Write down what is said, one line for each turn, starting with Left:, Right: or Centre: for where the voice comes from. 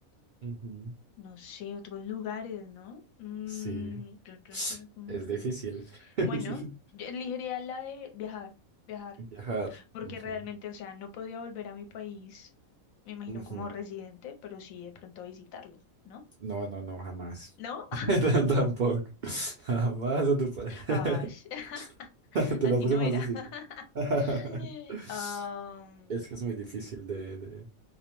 Right: Ujú.
Left: no sé, otros lugares, ¿no? Mm,
Right: Sí.
Left: tun, tun, tun, tun.
Right: Es difícil. <laughs>
Left: Bueno, yo elegiría la de viajar, viajar,
Right: Viajar.
Left: porque
Right: Ujú.
Left: realmente, o sea, no podría volver a mi país, me imagino
Right: Ujú.
Left: como residente, pero sí de pronto a visitarlo, ¿no?
Right: No, no, no, jamás.
Left: ¿No?
Right: <laughs>
Left: <laughs>
Right: Tan- Tampoco. <laughs> Jamás a tu país. <laughs>
Left: Ah, <laughs>
Right: <laughs> Te
Left: a
Right: la
Left: ti
Right: puse
Left: no
Right: más
Left: era.
Right: difícil. <laughs>
Left: <laughs> Am,
Right: Es que es muy difícil de, de